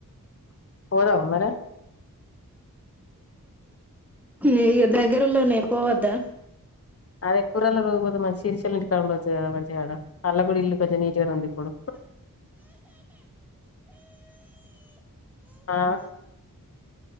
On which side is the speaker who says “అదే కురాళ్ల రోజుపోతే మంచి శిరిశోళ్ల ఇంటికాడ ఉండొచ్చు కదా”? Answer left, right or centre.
Left